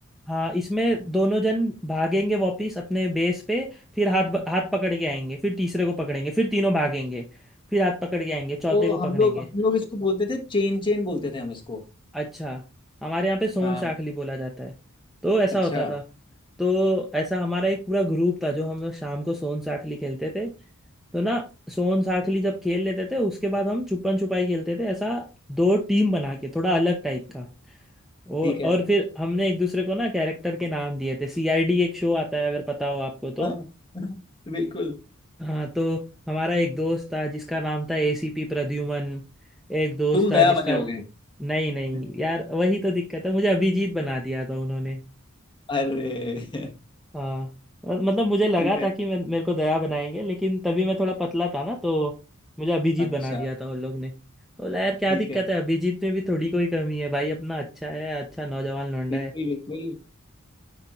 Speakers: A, in the centre; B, on the left.
A: हाँ इसमें दोनों जन भागेंगे वापिस अपने बेस पे फिर हाथ हाथ पकड़ के आएंगे फिर तीसरे को पकड़ेंगे फिर तीनों भागेंगे फिर हाथ पकड़ के आएंगे चौथे
B: तो
A: को
B: हम
A: पकड़ेंगे
B: लोग हम लोग इसको बोलते थे चेन चेन बोलते थे हम इसको
A: अच्छा हमारे यहाँ पे सोन
B: हाँ
A: साखली बोला जाता है तो ऐसा
B: अच्छा
A: होता था तो ऐसा हमारा एक पूरा ग्रुप था जो हम लोग शाम को सोन साखली खेलते थे तो ना सोन साखली जब खेल लेते थे उसके बाद हम छुपन छुपाई खेलते थे ऐसा दो टीम बना के थोड़ा अलग टाइप का और
B: ठीक है
A: और फिर हमने एक दूसरे को ना कैरेक्टर के नाम दिए थे सीआईडी एक शो आता है अगर पता हो आपको तो
B: हाँ <laughs> बिल्कुल
A: हाँ तो हमारा एक दोस्त था जिसका नाम था एसीपी प्रद्युमन एक दोस्त
B: तुम
A: था
B: दया
A: जिसका
B: बने होगे
A: नहीं नहीं
B: <laughs>
A: यार वही तो दिक्कत है मुझे अभिजीत बना दिया था उन्होंने
B: अरे <laughs>
A: हाँ और मतलब मुझे लगा
B: ठीक है
A: था कि मैं मेरे को दया बनाएंगे लेकिन तभी मैं थोड़ा पतला था ना तो मुझे अभिजीत
B: अच्छा
A: बना दिया था उन लोग ने बोला यार क्या
B: ठीक
A: दिक्कत
B: है
A: है अभिजीत में भी थोड़ी कोई कमी है भाई अपना अच्छा है अच्छा नौजवान लौंडा
B: बिल्कुल
A: है
B: बिल्कुल